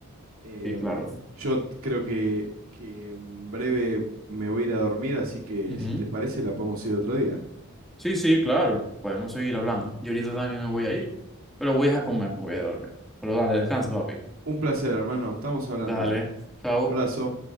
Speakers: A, on the right (about 65°); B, in the centre.
A: Em,
B: Sí, claro.
A: yo t- creo que, que en breve me voy a ir a dormir, así que
B: Ujú.
A: si te parece, la podemos ir otro día.
B: Sí, sí, claro, podemos seguir hablando. Yo ahorita también me voy a ir, pero voy a comer, no voy a dormir. Pero dale, descansa, papi.
A: Un placer, hermano. Estamos hablando.
B: Dale, chao.
A: Abrazo.